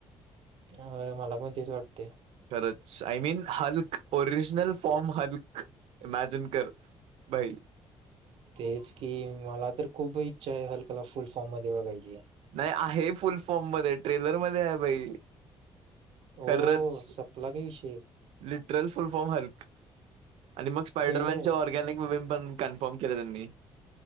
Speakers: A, on the right; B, on the right.
A: अ मला पण तेच वाटते.
B: खरंच आय मीन हा look original form Hulk imagine कर भाई
A: तेच की मला तर खूप इच्छा आहे हलकला फुल फॉर्म मध्ये बघायची.
B: नाही आहे फुल फॉर्म मध्ये ट्रेलर मध्ये आहे भाई
A: हो
B: खरच
A: सपला की विषय
B: लिटरल फुल फॉर्म हलक आणि मग स्पायडरमॅनचे
A: खेळ आहे.
B: ऑर्गॅनिक विबम पण कन्फर्म केले त्यांनी